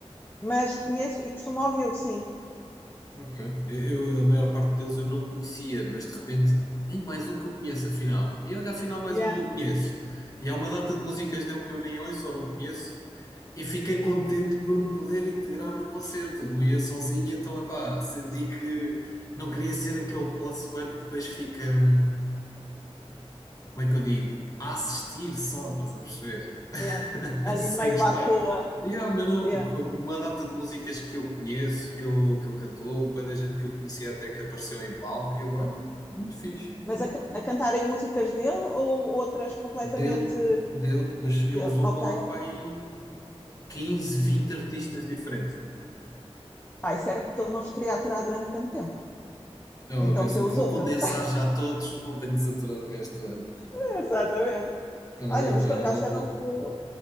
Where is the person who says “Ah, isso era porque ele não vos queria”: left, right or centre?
Left